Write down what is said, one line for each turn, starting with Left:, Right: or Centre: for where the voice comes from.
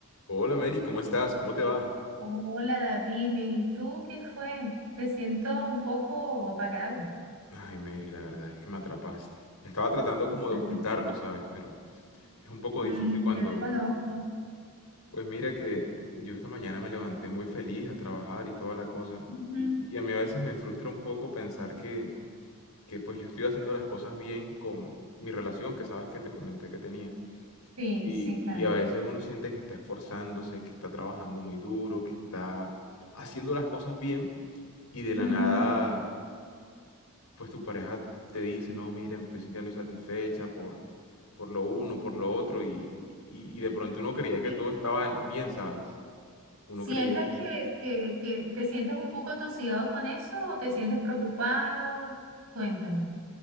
Left: Hola Mary, ¿cómo estás? ¿Cómo te va?
Right: Hola David, bien, ¿y tú qué fue? Te siento un poco apagado.
Left: Ay Mary, la verdad es que me atrapaste. Estaba tratando como de
Right: <laughs>
Left: ocultarlo, ¿sabes? Pero es un poco
Right: Mm,
Left: difícil cuando...
Right: yo te conozco.
Left: Pues mira que yo esta mañana me levanté muy feliz a trabajar y toda la cosa.
Right: Ujú.
Left: Y, y a mí a veces me frustra un poco pensar que, que pues yo estoy haciendo las cosas bien con mi relación que sabes que te comenté que tenía.
Right: Sí,
Left: Y,
Right: sí, claro.
Left: y a veces uno siente que está esforzándose, que está trabajando muy duro, que está haciendo las cosas bien y de la
Right: Ujú.
Left: nada pues tu pareja te dice, no, mira, me estoy sintiendo insatisfecha por, por lo uno, por lo otro, y, y, y de pronto uno creía que
Right: ¿Qué-
Left: todo estaba en- bien, ¿sabes? Uno
Right: ¿Sientes
Left: creía que
Right: que, que, que te sientes un poco atosigado con eso o te sientes preocupado? Cuéntame.